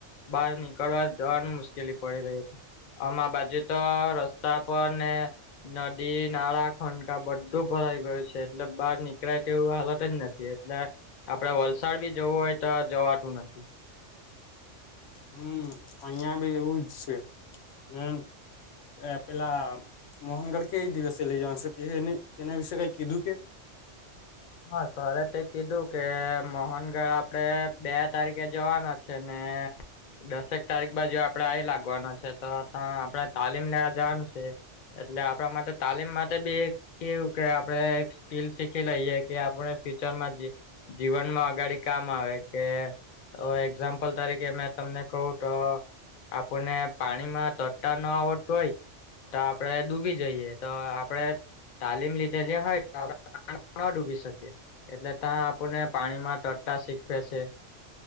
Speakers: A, on the left; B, on the left.
A: બહાર નીકળવા જવાનું મુશ્કેલી પડી રહી છે આમાર બાજુ તો રસ્તા પર અને નદી નાળા ખંકા બધું ભરાઈ ગયું છે એટલે બહાર નીકળાય તે એવું હાલત જ નથી. એટલે આપડે વલસાડ બી જવું હોય તો જવાતું નથી.
B: હમ્મ અહીંયા બી એવુંજ છે હમ્મ. અ પેલા મોહનગઢ કે એ દિવસે લઈ જવાનું છે તેના વિશે કાંઈ કીધું કે
A: હા સરે તે કીધું કે મોહનગઢ આપડે બે તારીખે જવાના છે ને દસેક તારીખ બાજુ આપડે આવી લાગવાનો છે તો ત આપણે તાલીમ લેવા જવાનું છે એટલે આપણા માટે તાલીમ માટે બી એક કેવું કે આપડે એક સ્કીલ શીખી લઈએ કે આપણે ફ્યુચરમાં જી જીવનમાં અગાડી કામ આવે કે તો એક્ઝામ્પલ તરીકે મેં તમને કહું તો આપણને પાણી માં તટતા ન આવડતું હોય તો આપડણે ડૂબી જઈએ તો આપડે તાલીમ લીધેલી હોય તો આપણે ન ડૂબી એટલે ત્યાં આપણને પાણીમાં તટટા શીખવે છે.